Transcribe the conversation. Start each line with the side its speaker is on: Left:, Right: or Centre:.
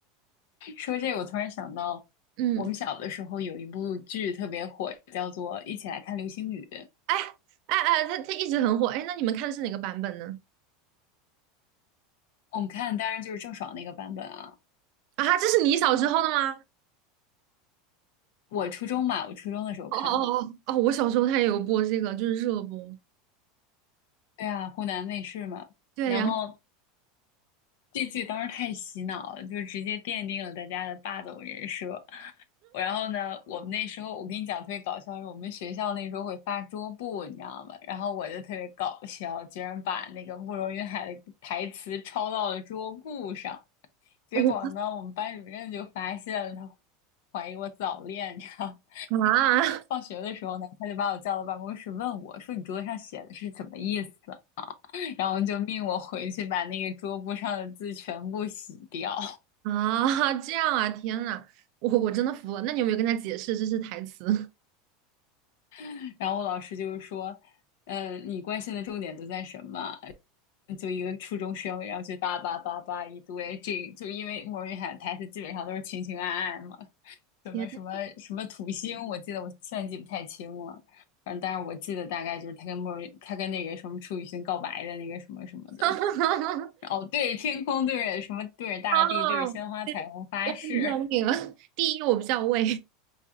Left: 说这个，我突然想到，
Right: 嗯，
Left: 我们小的时候有一部剧特别火，叫做《一起来看流星雨》。
Right: 哎哎哎，他他一直很火。哎，那你们看的是哪个版本呢？
Left: 我们看，当然就是郑爽那个版本啊。
Right: 啊，这是你小时候的吗？
Left: 我初中嘛，我初中的时候看的。
Right: 哦哦哦哦！我小时候他也有播这个，就是热播。
Left: 对啊，湖南卫视嘛。
Right: 对，
Left: 然后
Right: 然后
Left: 这剧当时太洗脑了，就直接奠定了大家的霸总人设。我然后呢，我们那时候我跟你讲特别搞笑，是我们学校那时候会发桌布，你知道吗？然后我就特别搞笑，居然把那个慕容云海的台词抄到了桌布上。结果呢，
Right: <laughs> 我就
Left: 我们班主任就发现了，他怀疑我早恋，你知道吗 <laughs>
Right: 啊
Left: 然后放学的时候呢，
Right: <laughs>
Left: 他就把我叫到办公室问我说：“你桌子上写的是什么意思？” <laughs> 然后就命我回去把那个桌布上的字全部洗掉。
Right: 啊，这样啊！天呐，我我真的服了。那你有没有跟他解释这是台词？<laughs>
Left: <laughs> 然后我老师就是说。嗯，你关心的重点都在什么？就一个初中生，然后就叭叭叭叭一堆，这就因为莫文蔚喊的台词基本上都是情情爱爱嘛，什么什么什么土星，
Right: 天呐，
Left: 我记得我现在记不太清了，反正但是我记得大概就是他跟莫文蔚，他跟那个什么楚雨荨告白的那个什么什么的，
Right: <laughs>
Left: 哦，对着天空，对着什么，对着大地，
Right: 哈！
Left: 对着鲜花彩虹发誓，
Right: 对，我不认那了。第一，我比较畏，